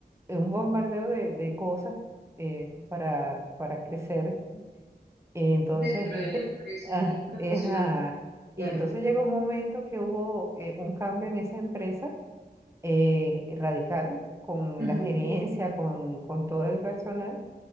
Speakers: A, on the right (about 15°); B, on the right (about 65°).
A: eh, un bombardeo de, de cosas eh, para, para crecer. Entonces,
B: Dentro
A: este,
B: de la empresa
A: ajá,
B: y profesionalmente.
A: es, ah,
B: Claro.
A: y entonces llegó un momento que hubo eh, un cambio en esa empresa eh, radical con
B: Ujú,
A: la gerencia, con, con todo el personal,